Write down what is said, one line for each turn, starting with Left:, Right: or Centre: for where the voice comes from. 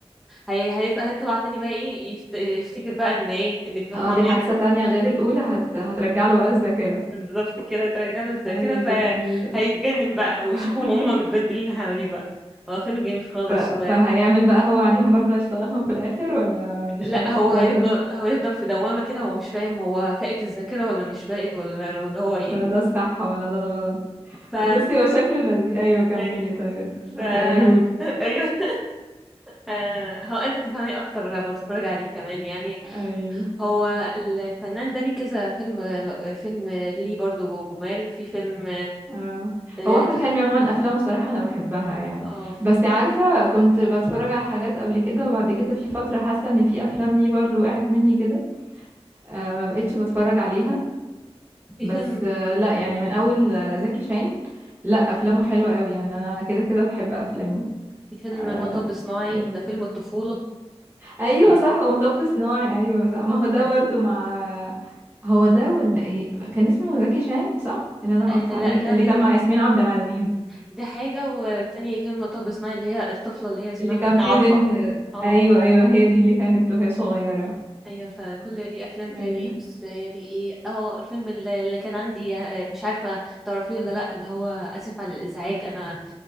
Centre: هي- هي- هيطلع تاني بقى ايه يفت- يفتكر بقى ان ايه ان في هم
Right: اه
Centre: عاملين
Right: دي حادثة تانية غير الاولى هت... هترجع له بقى الذاكرة
Centre: بالظبط كده ترجع له زي
Right: ايوه
Centre: كده
Right: ايوه
Centre: فهيتجنن بقى ويشوفهم
Right: <laughs>
Centre: هم متبدلين حواليه بقى هو فيلم جميل خالص
Right: ف...
Centre: و...
Right: فهيعمل بقى هو عليهم برضو هيشتغلهم في الاخر ولا مش
Centre: لا
Right: هي...
Centre: هو
Right: ولا
Centre: هيفضل هو يفضل في دوامة كده هو مش فاهم هو فاقد الذاكرة ولا مش فاقد ولا ولا هو ايه
Right: ولا ده الصح ولا ده الغلط
Centre: ف
Right: بصي هو شكله لذيذ ايوه كملي
Centre: أي...
Right: طيب
Centre: ف <laughs>
Right: احرقيهولي
Centre: ايوه <laughs> آه، هو انت تفهمي اكتر لما تتفرج عليه كمان يعني
Right: ايوه
Centre: هو الفنان ده ليه كذا فيلم فيلم ليه برضو جمال في فيلم
Right: اه
Centre: اه
Right: هو احمد
Centre: ت-
Right: حلمي عموما افلامه بصراحه انا بحبها يعني
Centre: آه،
Right: بس عارفه كنت بتفرج على حاجات قبل كده وبعد كده في فتره حاسه ان في افلام ليه برضو وقعت مني كده آه ما بقتش بتفرج عليها
Centre: في
Right: بس
Centre: فيلم
Right: آه لا يعني من اول آه، زكي شان لا افلامه حلوه قوي يعني انا كده كده بحب افلامه
Centre: في فيلم
Right: آه
Centre: مطب صناعي
Right: قولي
Centre: ده فيلم الطفولة
Right: ايوه
Centre: آه.
Right: صح ومطب صناعي ايوه صح ما هو ده
Centre: آه.
Right: برضو مع هو ده ولا ايه كان اسمه زكي شان صح اللي انا
Centre: آه،
Right: قلت عليه
Centre: لا
Right: ده
Centre: ده
Right: اللي
Centre: غير
Right: كان
Centre: ده,
Right: مع ياسمين عبد العزيز
Centre: ده حاجة والتاني فيلم مطب صناعي اللي هي الطفلة اللي هي اسمها
Right: اللي كان
Centre: منى
Right: فيه
Centre: عارفة
Right: بنت
Centre: اه
Right: ايوه ايوه هي دي اللي كانت وهي صغيره
Centre: ايوه فكل ليه افلام تاني
Right: ايوه
Centre: بس هي دي ايه اه الفيلم اللي اللي كان عندي آه، مش عارفه تعرفيه ولا لا اللي هو اسف على الازعاج انا